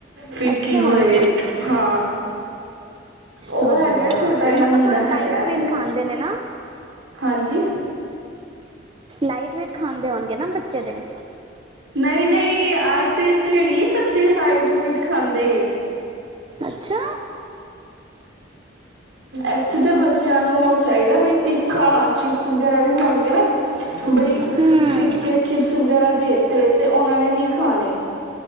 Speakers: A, on the right (about 80°); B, on the right (about 25°).
A: ਫਿੱਕੀ
B: ਅੱਛਾ
A: ਹੋਏ ਹਾਂ। ਉਹ
B: ਵਧੀਆ
A: ਹੈਗਾ
B: ਹੈ ਹੋਰ
A: ਛੋਟਾ
B: ਕੀ
A: ਜਿਨਾਂ
B: ਮਤਲਬ
A: ਮੁੰਡਾ
B: ਥੋੜਾ ਲਾਈਟ
A: ਹੈਗਾ।
B: ਵੇਟ ਖਾਂਦੇ ਨੇ ਨਾ
A: ਹਾਂਜੀ।
B: ਲਾਈਟ ਵੇਟ ਖਾਂਦੇ ਹੋਣਗੇ, ਨਾ ਬੱਚੇ ਤੇ।
A: ਨਹੀਂ-ਨਹੀਂ ਆ ਤੇ ਇੱਥੇ ਨੀ ਬੱਚੇ ਲਾਈਟ ਲੁਟ ਖਾਂਦੇ,
B: ਅੱਛਾ
A: ਇੱਥੇ ਤੇ ਬੱਚਿਆਂ ਨੂੰ ਚਾਹੀਦਾ ਬਈ ਤਿੱਖਾ ਚਿਪਸ ਵਗੈਰਾ ਵੀ ਹੋਣਗੇ ਨਾ ਬਈ
B: ਹਮ
A: ਫਿੱਕੇ ਚਿਪਸ ਵਗੈਰਾ ਦੇ ਤੇ-ਤੇ ਉਹਨਾਂ ਨੇ ਨਹੀਂ ਖਾਣੇ